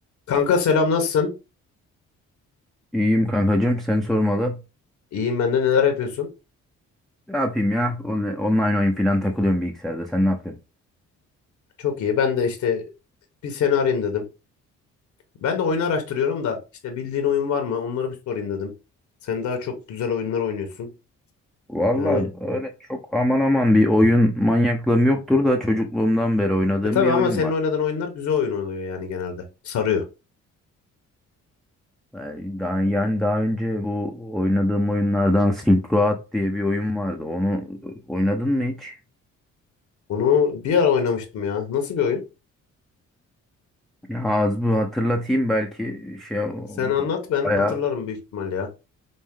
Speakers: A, on the left (about 70°); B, in the centre.
A: Kanka selam nasılsın?
B: İyiyim kankacığım sen sormalı.
A: İyiyim ben de neler yapıyorsun?
B: Ne yapayım ya? On- Online oyun falan takılıyorum bilgisayarda. Sen ne yapıyorsun?
A: Çok iyi. Ben de işte bir seni arayayım dedim. Ben de oyunu araştırıyorum da işte bildiğin oyun var mı? Onları bir sorayım dedim. Sen daha çok güzel oyunlar oynuyorsun.
B: Valla
A: Yani
B: öyle çok aman aman bir oyun manyaklığım yoktur da çocukluğumdan beri oynadığım
A: e tabii
B: bir
A: ama
B: oyun
A: senin
B: var.
A: oynadığın oyunlar güzel oyun oluyor yani genelde. Sarıyor.
B: Yani daha, yani daha önce bu oynadığım oyunlardan Silk Road diye bir oyun vardı. Onu e, oynadın mı hiç?
A: Onu bir ara oynamıştım ya. Nasıl bir oyun?
B: Ya az bu hatırlatayım belki şey
A: Sen anlat ben
B: bayağı
A: hatırlarım büyük ihtimalle ya.